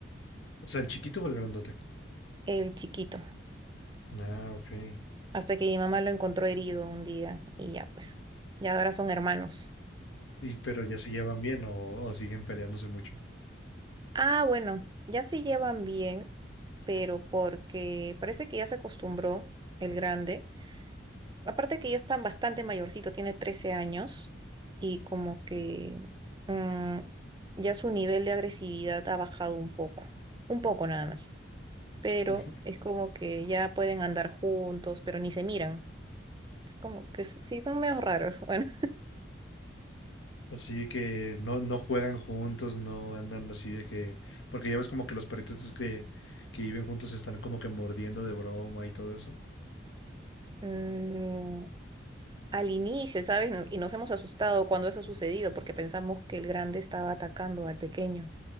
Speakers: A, on the left; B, on the right.
A: o sea, el chiquito o el grandote.
B: el chiquito,
A: Ah, ok.
B: hasta que mi mamá lo encontró herido un día y ya pues, ya ahora son hermanos.
A: Y, pero ya se llevan bien o, o siguen peleándose mucho.
B: Ah, bueno, ya se llevan bien pero porque parece que ya se acostumbró el grande. Aparte que ya está bastante mayorcito, tiene 13 años y como
A: Ah, ok.
B: que mm, ya su nivel de agresividad ha bajado un poco, un poco nada más. Pero
A: <laughs>
B: es como que ya pueden andar juntos, pero ni se miran. Es como que s- sí, son medio raros. <laughs> Bueno,
A: Así que no, no juegan juntos, no andan así de que. Porque ya ves como que los perritos estos que, que viven juntos están como que mordiendo de broma y todo eso.
B: mm, al inicio, ¿sabes? No- Y nos hemos asustado cuando eso ha sucedido porque pensamos que el grande estaba atacando al pequeño.